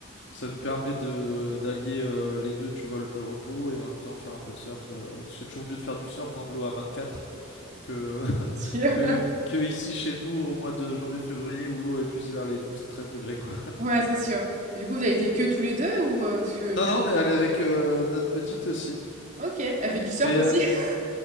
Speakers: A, on the left; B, on the right.
A: Ça nous permet de d'allier euh, les deux, tu vois, le repos et en même temps faire un peu de surf. euh, parce que c'est toujours mieux de faire du surf dans de l'eau à 24 que, <laughs>
B: Sûr.
A: que,
B: <laughs>
A: que ici chez nous au mois de janvier-février où l'eau est plus vers les 12-13 degrés, quoi.
B: Ouais, c'est sûr. Et du coup, vous avez été que
A: Et-
B: tous les 2 ou, heu, parce que tu
A: Non,
B: m'as
A: non,
B: dit
A: on est allé avec euh, notre petite aussi.
B: OK, elle fait du surf
A: Mais
B: aussi?
A: euh,
B: <laughs>